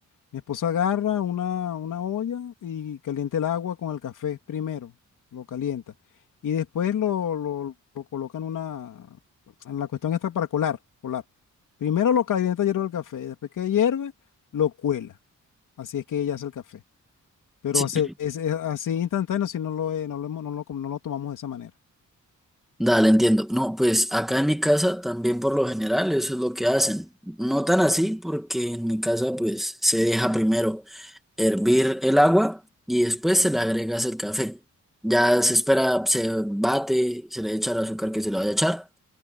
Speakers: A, on the left; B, in the centre.
A: Mi esposa agarra una, una olla y calienta el agua con el café primero, lo calienta. Y después lo, lo, lo coloca en una, en la cuestión esta para colar, colar. Primero lo calienta hierve el café, y después que hierve, lo cuela. Así es que ella hace el café. Pero
B: Sí.
A: hace, es, es así instantáneo si no lo, eh, no lo, hemos- no lo com- no lo tomamos de esa manera.
B: Dale, entiendo. No, pues acá en mi casa también por lo general eso es lo que hacen. No tan así, porque en mi casa pues se deja primero. hervir el agua y después se le agregas el café. Ya se espera, se bate, se le echa el azúcar que se le vaya a echar